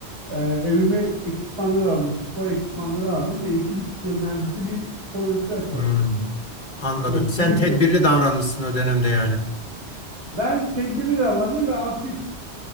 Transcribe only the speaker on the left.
Hmm. Anladım.
Sen
tedbirli
davranmışsın o dönemde yani.